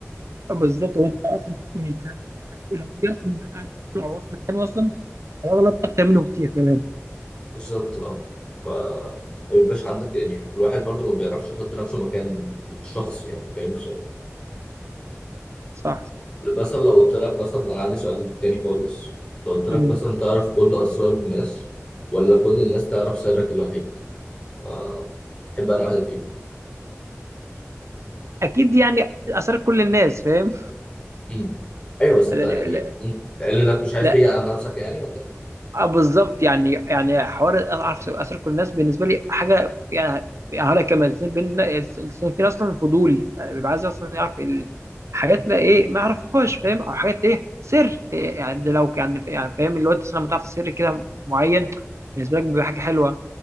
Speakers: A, on the right (about 65°); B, on the left (about 20°).
A: آه، بالظبط هو انت اصلا مش لو دي اصلا قاعد مجموعه هو في مكان اصلا هيغلط اكتر منه كتير كمان
B: بالظبط اه ف ما يبقاش عندك يعني الواحد برضو ما بيعرفش يحط نفسه مكان الشخص يعني فاهم ازاي
A: صح صح
B: مثلا لو قلت لك مثلا انا عندي سؤال تاني خالص لو قلت لك
A: مم.
B: مثلا تعرف كل اسرار الناس ولا كل الناس تعرف سرك الوحيد أه تحب انا واحده فيهم
A: اكيد يعني اثرت كل الناس فاهم
B: مم. ايوه بس انت
A: لا,
B: يعني
A: لا,
B: مم. تقول لك مش عايز
A: لا
B: تيجي على نفسك يعني ولا
A: آه، بالظبط يعني يعني حوار اعرف اثر كل الناس بالنسبه لي حاجه يعني يعني هقول لك كمان الانسان بينا الانسان فينا اصلا فضولي يعني بيبقى عايز اصلا يعرف ال- حاجاتنا ايه ما يعرفهاش فاهم او حاجات ايه سر إيه يعني ده لو كان يعني فاهم اللي هو أنت أصلاً لما تعرف سر كده معين بالنسبه لك بيبقى حاجه حلوه